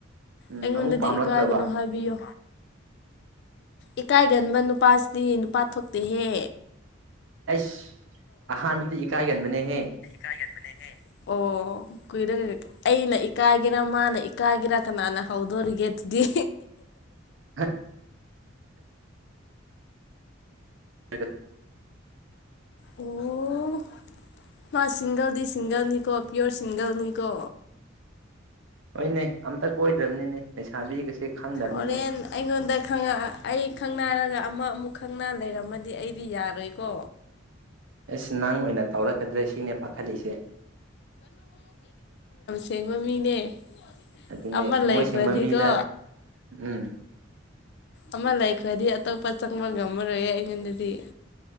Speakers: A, on the right; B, on the left.
A: ꯎꯝ
B: ꯑꯩꯉꯣꯟꯗꯗꯤ
A: ꯑꯃꯨꯛ ꯄꯥꯝꯂꯛꯇ꯭ꯔꯕ
B: ꯏꯀꯥꯏꯒꯅꯣ ꯍꯥꯏꯕꯤꯌꯣ ꯏ ꯀꯥꯏꯒꯟꯕ ꯅꯨꯄꯥꯁꯤꯗꯤ ꯅꯨꯄꯥ ꯊꯣꯛꯇꯦꯍꯦ
A: ꯑꯩꯁ ꯑꯍꯥꯟꯕꯗꯤ ꯏꯀꯥꯏꯒꯅꯕꯅꯦꯍꯦ
B: ꯀꯑꯒꯦꯅ ꯃꯅꯦ ꯍꯦ ꯑꯣ ꯀꯨꯏꯔꯒ ꯑꯩꯅ ꯏꯀꯥꯏꯒꯦꯔꯥ ꯃꯥꯅ ꯏꯀꯥꯏꯒꯦꯔꯥ ꯀꯅꯥꯅ ꯍꯧꯗꯣꯔꯤꯒꯦ ꯗ
A: ꯍ ꯍ
B: ꯑꯣ ꯃꯥ ꯁꯁꯤꯡꯒꯜ ꯗꯗꯤ ꯁꯤꯁꯤꯡꯒꯜꯅꯤꯀꯣ ꯄ꯭ꯌꯣꯔ ꯁꯤꯁꯤꯡꯒꯜꯅꯤꯀꯣ
A: ꯍꯣꯏꯅꯦ ꯑꯝꯇ ꯀꯣꯏꯗ꯭ꯔꯕꯅꯤꯅꯦ ꯂꯩꯁꯥꯕꯤꯒꯁꯦ ꯈꯪꯗꯕꯅꯤꯅꯦ
B: ꯍꯣꯔꯦꯟ ꯑꯩꯉꯣꯟꯗ ꯑꯩ ꯈꯪꯅꯔꯒ ꯑꯃ ꯑꯃꯨꯛ ꯈꯪꯅ ꯂꯩꯔꯝꯃꯗꯤ ꯑꯩꯗꯤ ꯌꯥꯔꯣꯏꯀꯣ
A: ꯑꯁ ꯅꯪ ꯑꯣꯏꯅ ꯇꯧꯔꯛꯀꯗ꯭ꯔꯦ ꯁꯤꯅꯦ ꯄꯥꯈꯠꯂꯤꯁꯦ
B: ꯇꯦꯡꯕ ꯃꯤꯅꯦ
A: ꯑꯗꯨꯅꯦ
B: ꯑꯃ
A: ꯊꯝꯃꯣꯏ
B: ꯂꯩꯈ꯭ꯔꯗꯤꯀꯣ
A: ꯁꯦꯡꯕ ꯃꯤꯗ ꯎꯝ
B: ꯑꯃ ꯂꯩꯈ꯭ꯔꯗꯤ ꯑꯇꯣꯞꯄ ꯆꯪꯕ ꯉꯝꯃꯔꯣꯏ ꯑꯩꯉꯣꯟꯗꯗꯤ